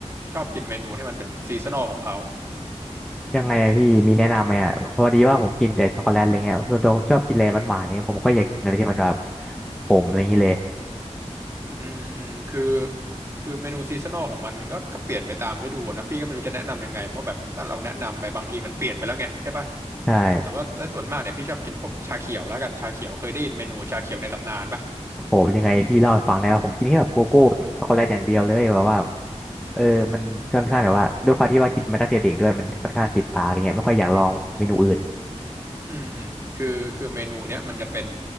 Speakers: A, on the right (about 25°); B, in the centre.
A: ชอบกินเมนูที่มันเป็นซีซันอลของเขา
B: ยังไงอะพี่มีแนะนำไหมอ่ะพอดีว่าผมกินแต่ช็อกโกแลตอะไรเงี้ยส่วนตัวผมชอบกินอะไรหวานๆเนี่ยผมก็อยากกินอะไรที่มันแบบขมอะไรอย่างนี้เลย
A: อืมอืมคือคือเมนูซีซันอลของมันมันก็ก็เปลี่ยนไปตามฤดูอะนะพี่ก็ไม่รู้จะแนะนำยังไงเพราะแบบถ้าเราแนะนำไปบางทีมันเปลี่ยนไปแล้วไงใช่ป่ะ
B: ใช่
A: แต่ว่าใช่ถ้าส่วนมากเนี่ยพี่ชอบกินพวกชาเขียวแล้วกันชาเขียวเคยได้ยินเมนูชาเขียวในตำนานป่ะ
B: ผมยังไงพี่เล่าให้ฟังได้ว่าผมกินแค่แบบโกโก้ช็อกโกแลตอย่างเดียวเลยแบบว่า
A: โอ้โหมัน
B: เออมันค่อนข้างแบบว่าด้วยความที่ว่ากินมาตั้งแต่เด็กด้วยมันค่อนข้างติดปากอะไรเงี้ยไม่ค่อยอยากลองเมนูอื่น
A: อืมอืมคือคือเมนูเนี้ยมันจะเป็น